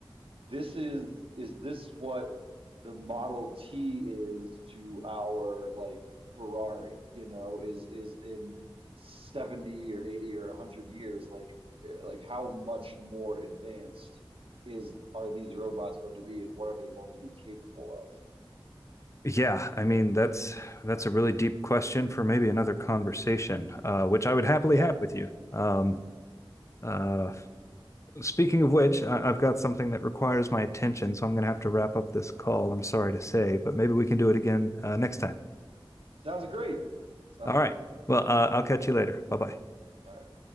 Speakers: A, on the right; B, on the left.
A: this is is this what the Model T is to our like Ferrari, you know, is is in 70 or 80 or 100 years like eh, like how much more advanced is are these robots going to be and what are they going to be capable of?
B: Yeah, I mean that's that's a really deep question for maybe another conversation, uh, which I would happily
A: Yeah.
B: have with you. Um, uh, speaking of which, I, I've got something that requires my attention, so I'm going to have to wrap up this call. I'm sorry to say, but maybe we can do it again uh, next time.
A: Sounds great. Sounds
B: All
A: great.
B: right. Well, uh, I'll catch you later. Bye bye.
A: All right.